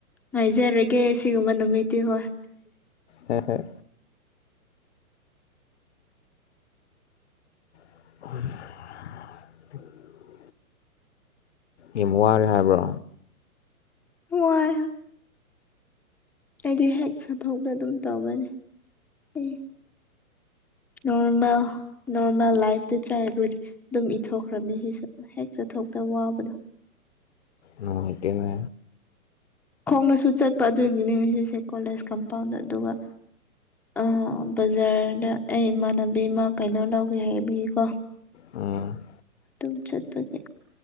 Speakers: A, in the centre; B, on the left.
A: ꯉꯥꯏꯖꯔꯒꯦ ꯁꯤꯒꯨꯝꯕ ꯅꯨꯃꯤꯠꯇꯤ ꯍꯣꯏ
B: ꯍꯣꯏ ꯍꯣꯏ <unintelligible> ꯌꯥꯝ ꯋꯥꯔꯦ ꯍꯥꯏꯕ꯭ꯔꯣ
A: ꯋꯥꯏ ꯑꯩꯗꯤ ꯍꯦꯛ ꯁꯠꯊꯣꯛꯇ ꯑꯗꯨꯝ ꯇꯧꯕꯅꯦ ꯑꯩ ꯅꯣꯔꯃꯦꯜ ꯅꯣꯔꯃꯦꯜ ꯂꯥꯏꯐ ꯗ <unintelligible> ꯑꯗꯨꯝ ꯏꯊꯣꯛꯈ꯭ꯔꯕꯅꯤ ꯁꯤꯁꯨ ꯍꯦꯛ ꯆꯠꯊꯣꯛꯇ ꯋꯥꯕꯗꯣ
B: ꯅꯨꯡꯉꯥꯏꯇꯦꯅꯦ
A: ꯈꯣꯡꯅꯁꯨ ꯆꯠꯄ ꯑꯗꯨꯒꯤꯅꯤ ꯉꯁꯤꯁꯦ ꯀꯣꯂꯦꯖ ꯀꯝꯄꯥꯎꯟꯗ ꯑꯗꯨꯒ ꯑ ꯕꯖꯥꯔꯗ ꯑꯩ ꯏꯃꯥꯟꯅꯕꯤ ꯑꯃ ꯀꯩꯅꯣ ꯂꯧꯒꯦ ꯍꯥꯏꯕꯤꯌꯀꯣ
B: ꯎꯝ
A: ꯑꯗꯨꯝ ꯆꯠꯄꯒꯤ